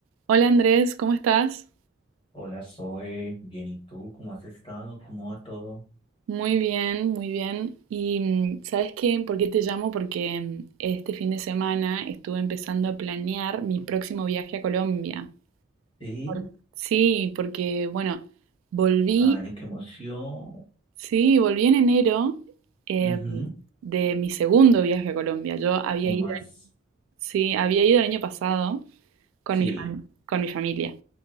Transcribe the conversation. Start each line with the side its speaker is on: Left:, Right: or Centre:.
Right: Hola Andrés, ¿cómo estás?
Left: Hola, Zoe, bien, ¿y tú? ¿Cómo has estado? ¿Cómo va todo?
Right: Muy bien, muy bien. Y mm, ¿sabes qué? ¿Por qué te llamo? Porque mm, este fin de semana estuve empezando a planear mi próximo viaje a Colombia.
Left: Sí,
Right: Por- Sí, porque bueno, volví,
Left: ay, qué emoción.
Right: sí, volví en enero eh,
Left: Ujú,
Right: de mi segundo viaje a Colombia. Yo había
Left: ¿Cómo
Right: ido,
Left: has?
Right: sí, había ido el año pasado con
Left: Sí,
Right: mi fam- con mi familia.